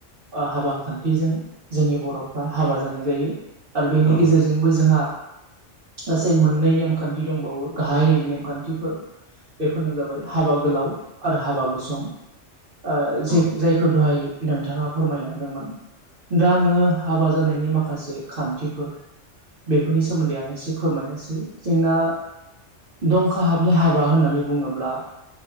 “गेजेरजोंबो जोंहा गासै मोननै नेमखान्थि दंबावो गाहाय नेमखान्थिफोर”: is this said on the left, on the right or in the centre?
Right